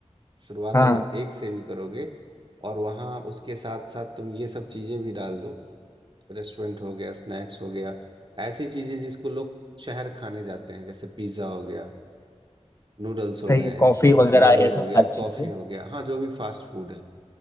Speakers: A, on the right; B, on the left.
A: शुरुआत
B: हाँ
A: अगर एक से भी करोगे और वहाँ उसके साथ साथ तुम ये सब चीज़ें भी डाल दो रेस्टोरेंट हो गया स्नैक्स हो गया ऐसी चीज़ें जिसको लोग शहर खाने जाते हैं जैसे पिज़्ज़ा हो गया नूडल्स हो
B: सही
A: गए
B: है कॉफी वगैरह
A: बर्गर
B: ये सारी
A: हो गया
B: चीजें
A: कॉफ़ी हो गया हाँ जो भी फास्ट फूड है